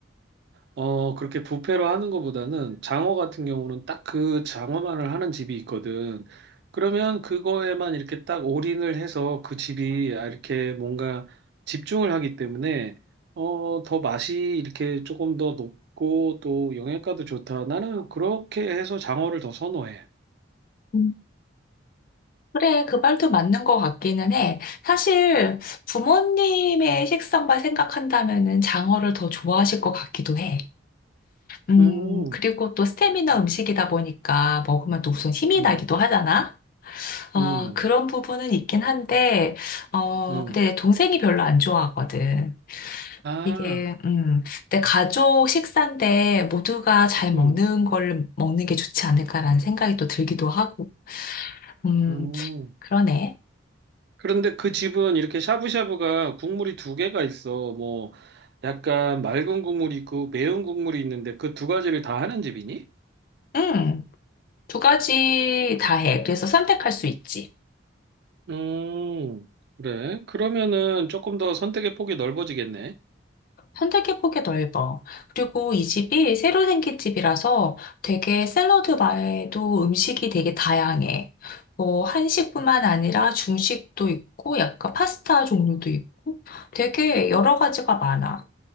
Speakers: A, on the right; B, on the left.
A: 어, 그렇게 부페로 하는 것보다는 장어 같은 경우는 딱 그 장어만을 하는 집이 있거든. 그러면 그거에만 이렇게 딱 올인을 해서 그 집이 이렇게 뭔가 집중을 하기 때문에 어, 더 맛이 이렇게 조금 더 높고 또 영양가도 좋다. 나는 그렇게 해서 장어를 더 선호해.
B: 음. 그래, 그 말도 맞는 것 같기는 해. 사실 부모님의 식성만 생각한다면은 장어를 더 좋아하실 것 같기도 해. 음,
A: 음,
B: 그리고 또 스테미너 음식이다 보니까 먹으면 또 우선 힘이
A: 음,
B: 나기도 하잖아. 아,
A: 음,
B: 그런 부분은 있긴 한데, 어,
A: 음.
B: 근데 내 동생이 별로 안 좋아하거든.
A: 아,
B: 이게, 음, 내 가족 식사인데 모두가 잘 먹는
A: 음,
B: 걸 먹는 게 좋지 않을까라는 생각이 또 들기도 하고, 음,
A: 음.
B: 그러네.
A: 그런데 그 집은 이렇게 샤브샤브가 국물이 두 개가 있어. 뭐 약간 맑은 국물이 있고 매운 국물이 있는데 그 두 가지를 다 하는 집이니?
B: 음, 두 가지 다 해. 그래서 선택할 수 있지.
A: 음, 그래. 그러면은 조금 더 선택의 폭이 넓어지겠네.
B: 선택의 폭이 넓어. 그리고 이 집이 새로 생긴 집이라서 되게 샐러드 바에도 음식이 되게 다양해. 뭐 한식뿐만 아니라 중식도 있고 약간 파스타 종류도 있고 되게 여러 가지가 많아.